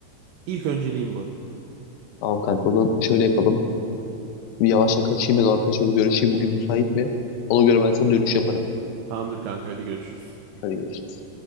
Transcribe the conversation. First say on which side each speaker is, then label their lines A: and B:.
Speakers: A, on the right; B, on the left.
A: İlk önceliğim bu.
B: Tamam kanka o zaman şöyle yapalım. Bir yavaştan kaçayım ben o arkadaşımla bir görüşeyim. Bugün müsait mi? Ona göre ben sana dönüş yaparım.
A: Tamamdır kanka hadi görüşürüz.
B: Hadi görüşürüz.